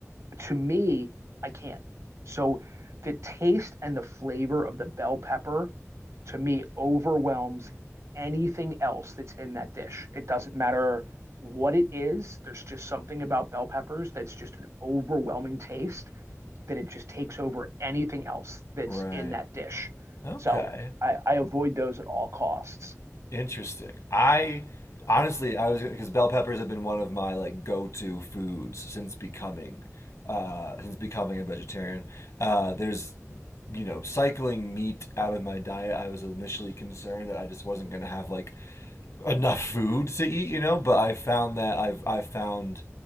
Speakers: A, on the right (about 65°); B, on the left (about 65°).
A: to me, I can't. So the taste and the flavor of the bell pepper to me overwhelms anything else that's in that dish. It doesn't matter what it is. There's just something about bell peppers that's just an overwhelming taste that it just takes over anything else that's
B: Right.
A: in that dish.
B: Okay.
A: So I, I avoid those at all costs.
B: Interesting. I honestly, I was because bell peppers have been one of my like go-to foods since becoming uh, since becoming a vegetarian. Uh, there's you know cycling meat out of my diet. I was initially concerned that I just wasn't going to have like enough food to eat, you know. But I found that I've I found